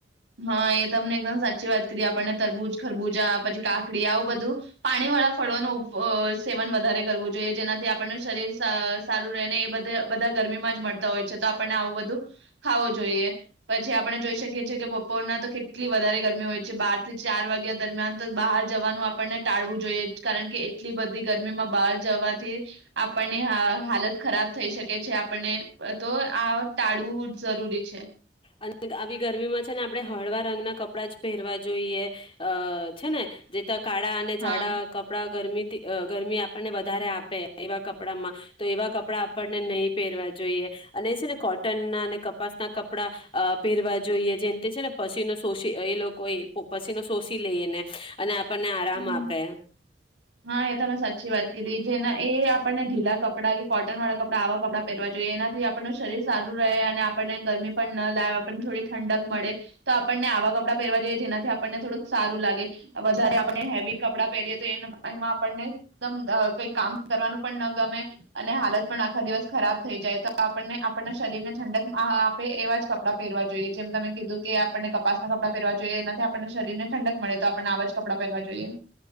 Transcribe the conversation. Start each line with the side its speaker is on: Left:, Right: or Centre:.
Right: હા એ તમને એકદમ સાચી વાત કરી આપણને તરબૂજ, ખરબૂજા પછી કાકડી આવું બધું પાણી વાળા ફળોનું સેવન વધારે કરવું જોઈએ જેનાથી આપણને શરીર સારું રહે ને એ બધ બધા ગરમીમાં જ મળતા હોય છે તો આપણને આવું બધું ખાવું જોઈએ, પછી આપણે જોઈ શકીએ છીએ કે બપોરના તો કેટલી વધારે ગરમી હોય છે બાર થી ચાર વાગ્યા દરમિયાન તો બહાર જવાનું આપણને ટાળવું જોઈએ. કારણ કે એટલી બધી ગરમીમાં બહાર જવાથી આપણને હાલત ખરાબ થઈ શકે છે, આપણને તો આ ટાળવું જરૂરી છે.
Left: અને આવી ગરમીમાં છે ને આપણે હળવા રંગના કપડાં જ પહેરવા જોઈએ અ છે ને જે કાળા અને ઝાડા
Right: હા
Left: કપડા ગમીથી અ ગરમી આપણને વધારે આપે એવા કપડામાં તો એવા કપડા આપણને નહીં પહેરવા જોઈએ અને એ છે ને કોટન ના અને કપાસના ક આપડા અ પહેરવા જોઈએ જેમ તે છે ને પછીનો શોષી એ લોકો એ પછીનો શોષી લઈએ ને અને આ આપણને આરામ
Right: હમ
Left: આપે
Right: હા એ તો તમે સાચી વાત કીધી જેના એ આપણને ઢીલા કપડા કે કોટન વાળા કપડા આવા કપડા જોઇએ એનાથી આપણ શરીર સારું રહે અને આપણને ગરમી પણ ના લા આપણને થોડી ઠંડક મળે તો આપણને આવા કપડાં પહેરવા જઈએ જેનાથી આપણને થોડુંક સારું લાગે. વધારે આપણે હેવી કપડાં પહેરીએ તો એન એમાં આપણને એકદમ અ કઈ કામ કરવાનું પણ ન ગમે અને હાલત પણ આખા દિવસ ખરાબ થઈ જાય તો આપણને આપણના શરીર ને ઠંડક આ આપે એવા જ કપડાં પહેરવા જોઈએ. જેમ તમે કીધું કે આપણને કપાસના કપડા પેરવા જોઈએ એનાથી આપણને શરીર ને ઠંડક મળે તો આપને આવા જ કપડાં પહેરવા જોઈએ.